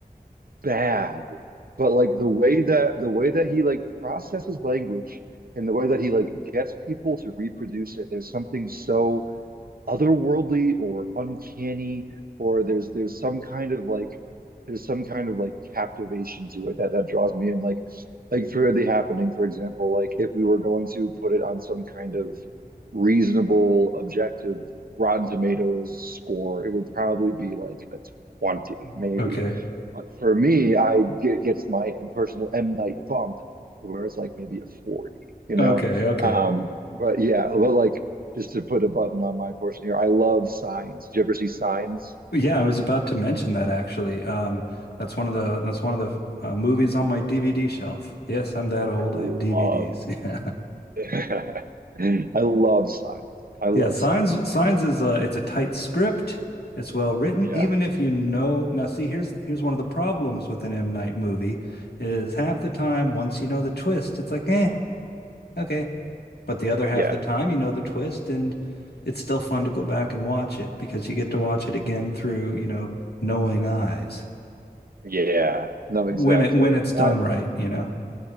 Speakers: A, on the right; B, on the left.
A: bad. But like the way that the way that he like processes language and the way that he like gets people to reproduce it, there's something so otherworldly or uncanny or there's there's some kind of like there's some kind of like captivation to it that that draws me in like like for the happening for example like if we were going to put it on some kind of reasonable objective Rotten Tomatoes score it would probably be like a 20 maybe
B: Okay.
A: But for me I get gets my personal M Night bump to where it's like maybe a 40 you
B: Okay,
A: know
B: okay.
A: um but yeah but like just to put a button on my portion here, I love signs. Did you ever see signs?
B: Yeah, I was about to mention that actually. Um, that's one of the that's one of the uh, movies on my DVD shelf. Yes, I'm that old.
A: I love,
B: I have DVDs. <laughs> Yeah.
A: <laughs> I love signs. I love
B: Yeah, Signs
A: signs.
B: Signs
A: I think,
B: is a it's a tight script. It's well written,
A: yeah,
B: even if you know. Now, see, here's here's one of the problems with an M. Night movie is half the time once you know the twist, it's like, eh, okay. But the other half
A: yeah,
B: of the time, you know the twist, and it's still fun to go back and watch it because you get to watch it again through, you know, knowing eyes
A: yeah. No, exactly.
B: when it when it's done
A: I,
B: right, you know.